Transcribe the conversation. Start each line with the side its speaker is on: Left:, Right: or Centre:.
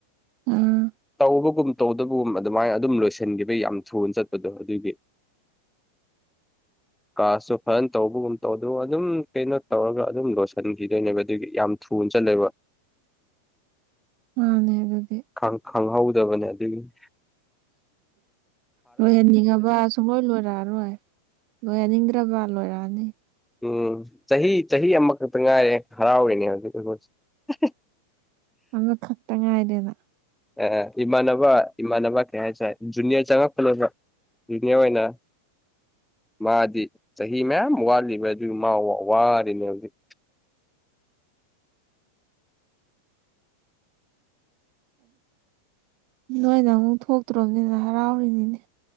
Right: ꯑꯝ
Centre: ꯇꯧꯕꯒꯨꯝ ꯇꯧꯗꯕꯒꯨꯝ ꯑꯗꯨꯃꯥꯏꯅ ꯑꯗꯨꯝ ꯂꯣꯏꯁꯤꯟꯈꯤꯕ ꯌꯥꯝ ꯊꯨꯅ ꯆꯠꯄꯗꯣ ꯑꯗꯨꯒꯤ <inaudible> ꯀꯥꯁꯁꯨ ꯐꯖꯅ ꯇꯧꯕꯒꯨꯝ ꯇꯧ ꯑꯗꯨ ꯑꯗꯨꯝ ꯀꯩꯅꯣ ꯇꯧꯔꯒ ꯑꯗꯨꯝ ꯂ ꯁꯟꯈꯤꯗꯣꯏꯅꯦꯕ ꯑꯗꯨꯒꯤ ꯌꯥꯝ ꯊꯨꯅ ꯆꯜꯂꯦꯕ
Right: ꯃꯥꯅꯦ ꯑꯗꯨꯗꯤ
Centre: ꯈꯪꯍꯧꯗꯕꯅꯦ ꯑꯗꯨꯒꯤꯅꯤ
Right: ꯂꯣꯏꯍꯟꯅꯤꯡꯉꯕ ꯁꯨꯡꯂꯣꯏ ꯂꯣꯏꯔꯛꯑꯔꯣꯏ ꯂꯣꯏꯍꯟꯅꯤꯡꯗ꯭ꯔꯕ ꯂꯣꯏꯔꯛꯑꯅꯤ
Centre: ꯎꯝ ꯆꯍꯤ ꯆꯍꯤ ꯑꯃꯈꯛꯇ ꯉꯥꯏꯔꯦ ꯍꯔꯥꯎꯔꯤꯅꯦ ꯍꯧꯖꯤꯛ <inaudible>
Right: ꯑ ꯈꯇ ꯉꯥꯏꯔꯤꯅ
Centre: ꯑ ꯏꯃꯥꯅꯕ ꯏꯃꯥꯅꯕ ꯌꯥ ꯆ ꯖꯨꯅꯤꯌꯔ ꯆꯉꯛ ꯐꯂ ꯖꯨꯅꯤꯌꯔ ꯑꯣꯏꯅ ꯃꯥꯗꯤ ꯆꯍꯤ ꯃꯌꯥꯝ ꯋꯥꯠꯂꯤꯕ ꯑꯗꯨ ꯋꯥꯔꯅꯦ ꯍꯧꯖꯤꯛ
Right: ꯅꯣꯏꯅ ꯑꯃꯨꯛ ꯊꯣꯛꯇ꯭ꯔꯣꯕꯅꯤꯅ ꯍꯔꯥꯎꯔꯤꯅꯤꯅꯦ